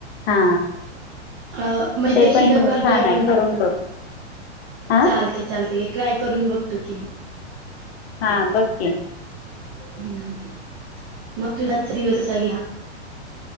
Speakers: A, on the left (about 60°); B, on the right (about 20°).
A: हा
B: अ म्हणजे
A: ते
B: त्या अशी
A: पण
B: डब घालतोय
A: छान
B: आपण
A: आहे करून बघ हा
B: चालते चालते ग ट्राय करून बघतो की मग
A: हा बककी
B: हम्म मग रात्रीग्या